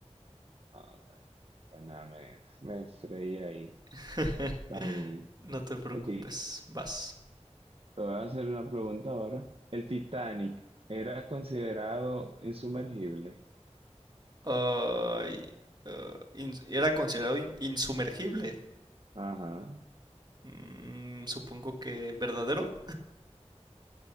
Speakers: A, on the right; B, on the right.
A: Ah, bueno. Pues nada, me, me freí ahí.
B: <laughs>
A: Está bien.
B: No te preocupes,
A: Ok, te
B: vas.
A: voy a hacer una pregunta ahora. ¿El Titanic era considerado insumergible?
B: Ay, ah, in- era considerado in- insumergible.
A: Ajá,
B: Mm, supongo que verdadero.